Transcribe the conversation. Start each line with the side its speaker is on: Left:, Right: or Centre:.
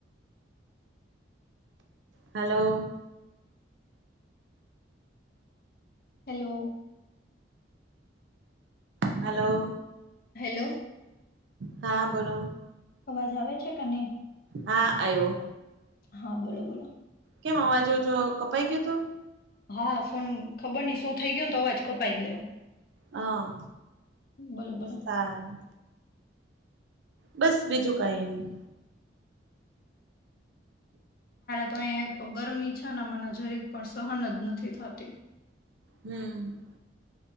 Right: hello <inaudible>
Left: hello.
Right: <inaudible> Hello
Left: hello.
Right: હા બોલો.
Left: અવાજ આવે છે કે નહી.
Right: હા આવ્યો
Left: હા બોલો બોલો.
Right: કેમ અવાજો ઓછો કપાઈ ગયો તો.
Left: હા ફોન ખબર નઈ શું થઈ ગયુ ને તો અવાજ કપાઈ ગયો.
Right: હા
Left: બોલો બોલો
Right: સારૂ. બસ બીજું કઈ નહી.
Left: અયા એક તો ગરમી છે ને મને જરીક પણ સહન જ નથી થતી.
Right: હમ.